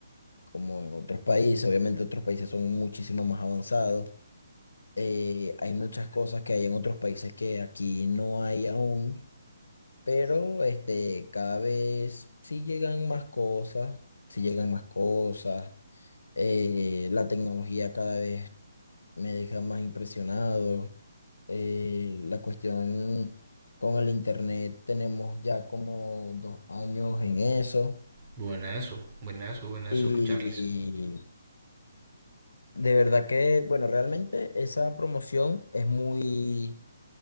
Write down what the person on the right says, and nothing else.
Buenazo, buenazo, buenazo,
Charles.